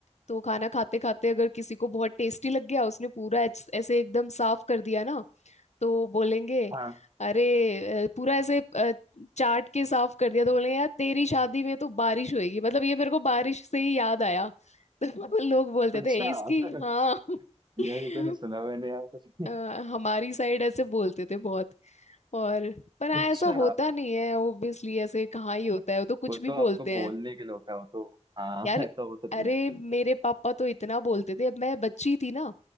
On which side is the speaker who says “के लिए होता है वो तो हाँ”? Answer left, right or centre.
Right